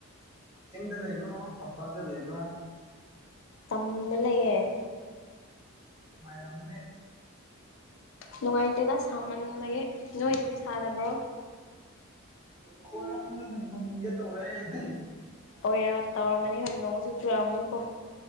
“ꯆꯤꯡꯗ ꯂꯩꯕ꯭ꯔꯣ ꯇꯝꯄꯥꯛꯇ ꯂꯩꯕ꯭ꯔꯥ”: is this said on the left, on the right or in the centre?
Right